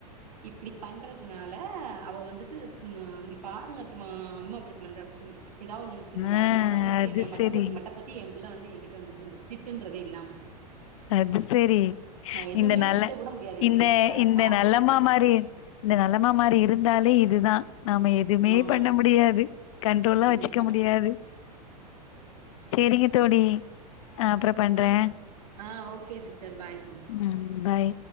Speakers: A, on the right; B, on the left.
A: இப்டி பண்றதுனால அவ வந் வந்துட்டு அங்க பாருங்க அத்தமா அம்மா அப்டி பண்றா அப்டி சொல்லி ஏதாவது ஒன்னு சொல்லிற
B: ஆ
A: அதனால வந்துட்டு
B: அது
A: என்னை மட்டோ
B: சரி
A: தட்டி மட்டோ தட்டி எ பிள்ள வந்து எங்கிட்ட வந்துட்டு ஸ்டிரிட்டுன்றதே இல்லாம போச்சு
B: அது செரி
A: நா எதுவுமே
B: இந்த நல்ல
A: திட்ட கூட முடியாது என்
B: இந்த
A: புள்ளைய கா
B: இந்த
A: காதுலயே
B: நல்லம்மா
A: வாங்காது
B: மாரி இந்த நல்லமா மாரி இருந்தாலே இதுதா நாம எதுமே
A: ஆமா
B: பண்ண முடியாது கண்ட்ரோல்லா
A: கண்டிப்பா
B: வச்சுக்க முடியாது செரிங்க தோழி அ அப்றோ பண்றே
A: ஆ ஆ ஓகே சிஸ்டர் பாய்
B: ம் பாய்